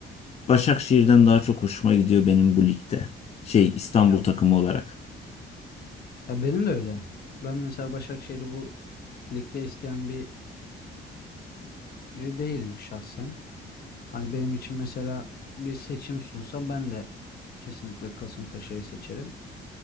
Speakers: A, on the left; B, on the left.
A: Başakşehir'den daha çok hoşuma gidiyor benim bu ligde. Şey İstanbul
B: Ya
A: takımı olarak.
B: Ya benim de öyle. Ben mesela Başakşehir'i bu ligde isteyen biri değilim şahsen. Hani benim için mesela bir seçim sunsam ben de kesinlikle Kasımpaşa'yı seçerim.